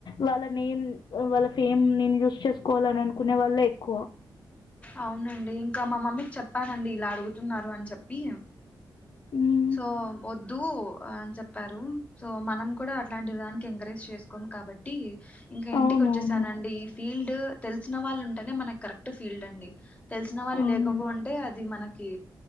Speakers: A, on the left; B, on the left.
A: వాళ్ళ నేమ్ వాళ్ళ ఫేమ్ నేను యూస్ చే కోవాలని అనుకునే వాళ్ళే ఎక్కువ
B: అవునండి ఇంకా మా మమ్మీకి చెప్పానండి ఇలా అడుగుతున్నారు అని చెప్పి
A: హ్మ్.
B: సో వద్దు అని చెప్పారు సో మనం కూడా అట్లాంటి దానికి ఎంకరేజ్ చేసుకొ కాబట్టి ఇంకా ఇంటికి
A: అవునవును
B: వచ్చేసానండి ఈ ఫీల్డ్ తెలిసిన వాళ్ళు ఉంటేనే మనకి కరెక్ట్ ఫీల్డ్ అండి తెలిసిన వాళ్ళు
A: అవునండి
B: లేకపో అంటే అది మనకి